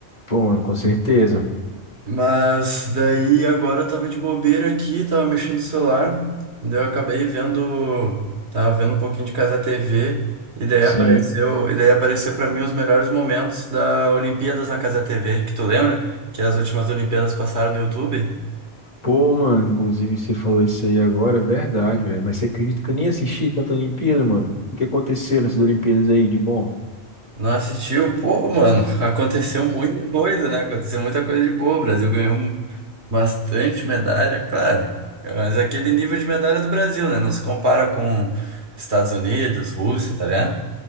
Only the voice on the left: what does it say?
Pô, mano, com certeza.
Sim.
Pô, mano, inclusive você falou isso aí agora, é verdade, velho. Mas você acredita que eu nem assisti tanta Olimpíada, mano? O que aconteceu nessas Olimpíadas aí de bom?